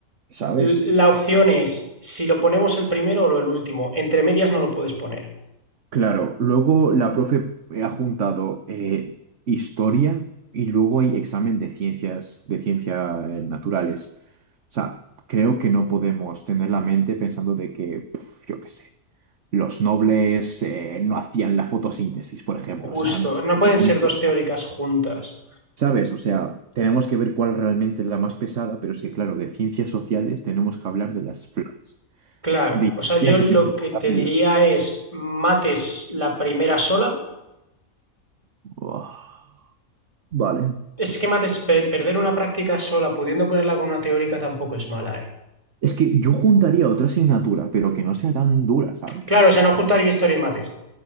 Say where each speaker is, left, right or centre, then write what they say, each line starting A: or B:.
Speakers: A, on the right (about 55°); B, on the right (about 20°).
A: ¿sabes?
B: L- La opción es si lo ponemos el primero o el último. Entre medias no lo puedes poner.
A: Claro, luego la profe ha juntado eh, historia y luego hay examen de ciencias, de ciencias naturales. O sea, creo que no podemos tener la mente pensando de que, pf, yo qué sé, los nobles eh, no hacían la fotosíntesis, por ejemplo.
B: Justo,
A: O sea, no-
B: no
A: realmente,
B: pueden ser dos teóricas juntas.
A: ¿sabes? O sea, tenemos que ver cuál realmente es la más pesada, pero es que, claro, de ciencias sociales tenemos que hablar de las flores.
B: Claro,
A: De historia
B: o sea, yo lo
A: tenemos
B: que
A: que hablar
B: te
A: de
B: diría
A: la-
B: es mates la primera sola.
A: Buah. Vale.
B: Es que mates pe- perder una práctica sola pudiendo ponerla con una teórica tampoco es mala, ¿eh?
A: Es que yo juntaría otra asignatura, pero que no sea tan dura, ¿sabes?
B: Claro, o sea, no juntar historia y mates.